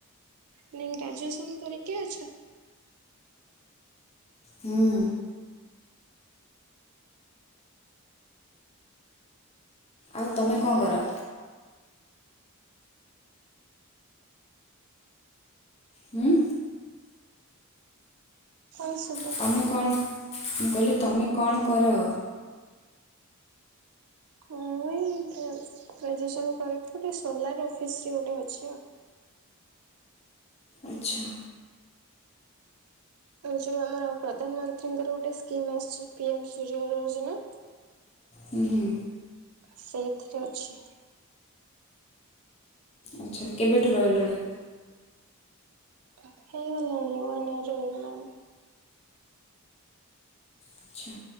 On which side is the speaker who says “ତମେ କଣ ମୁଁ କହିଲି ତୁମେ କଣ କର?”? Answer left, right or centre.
Left